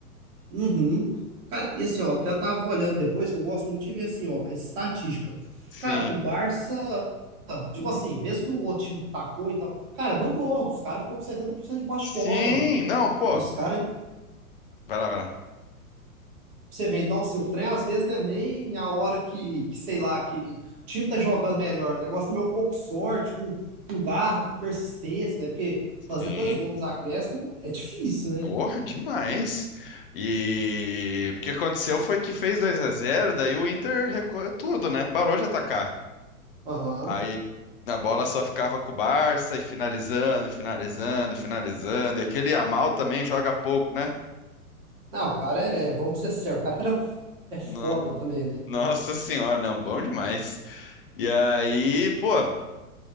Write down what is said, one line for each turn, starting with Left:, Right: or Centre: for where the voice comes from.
Right: uhum. Cara, e assim, ó, até eu tava olhando depois, que eu gosto muito de ver assim, ó, estatística.
Left: Sim.
Right: Cara, o Barça, tipo assim, mesmo que o outro time tacou e tal, cara, mandou, os caras ficou com 70% de posse
Left: Sim,
Right: de bola.
Left: não, pô.
Right: E os caras
Left: Vai lá, vai lá.
Right: Você vê, então, se o trem às vezes não é nem a hora que, que, sei lá, que o time tá jogando melhor. O negócio também é um pouco de sorte, com, com garra, com persistência, né? Porque
Left: Sim.
Right: fazer dois gols nos acréscimos é difícil, né?
Left: Porra, demais. E o que aconteceu foi que fez 2 a zero. daí o Inter recuou tudo, né? Parou de atacar.
Right: Aham.
Left: Aí a bola só ficava com o Barça e finalizando, finalizando, finalizando. E aquele Yamal também joga pouco, né?
Right: Não, o cara é, vamos ser sérios, o cara era, é foda
Left: No-
Right: também, né?
Left: Nossa senhora, não, bom demais. E aí, pô,